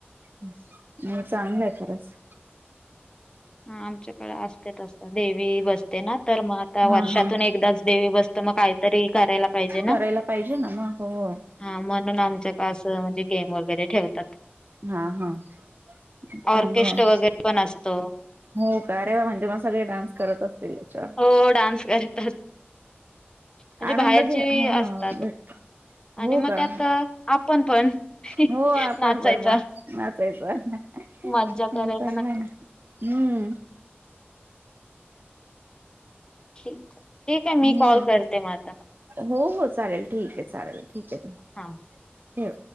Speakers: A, on the right (about 50°); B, on the left (about 20°).
A: म चांगलं आहे खरच.
B: हा आमच्याकडे असतेतं असं, देवी बसते ना तर मग आता
A: हा
B: वर्षातून
A: हा
B: एकदाच देवी बसतं म काहीतरी करायला पाहिजे ना.
A: करायला पाहिजे ना! मग हो
B: हा म्हणून आमचं का असं म्हणजे गेम वगैरे ठेवतात
A: हा हा, चांगलं
B: ऑर्केस्ट्रा
A: आहे.
B: वगैरे पण असतो
A: हो का अरेवा म्हणजे मग सगळे डान्स करत असतील याच्यावर
B: हो डान्स करतात म्हणजे
A: आनंद
B: बाहेरची
A: घे, हा
B: असतात आणि
A: हो
B: मग
A: का
B: त्यात आपण पण.
A: हो आपण
B: नाचायचा
A: पण म नाचयचं चांगल
B: मज्जा करायला
A: हाई ना.
B: नक्की
A: हम्म.
B: ठीक आहे मी
A: हम्म
B: कॉल करते म आता.
A: हो हो, चालेल ठीक आहे, चालेल ठीक आहे,
B: हा
A: ठेव.